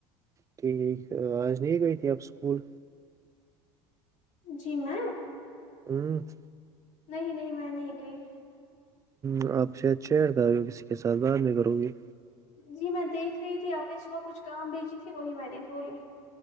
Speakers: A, on the right; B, on the left.
A: ٹھیک آج نہیں گئی تھی اب اسکول
B: جی میں
A: ہوں <inaudible>
B: نہیں نہیں میں نہیں گئی
A: ہ آپ شاید چیر کر رہے ہو کسی کے ساتھ بر نہیں کرو گی
B: جی میں دیکھ رہی تھی آپ نے صبح کچھ کام بھیجی تھی وہی میں نے کھو لی